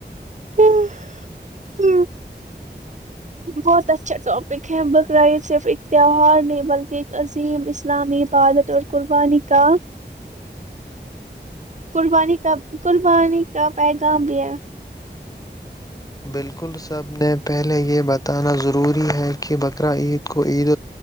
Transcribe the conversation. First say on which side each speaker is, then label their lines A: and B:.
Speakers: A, on the right (about 40°); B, on the left (about 20°).
A: ہ بہت اچھا ٹاپک ہے بقراعید صرف ایک تہوار نہیں بلکہ ایک عظیم اسلامی عبادت اور قربانی کا قربانی کا قربانی کا پیغام بھی ہے
B: بالکل سب نے پہلے یہ بتانا ضروری ہے کہ بقرا عید کو عید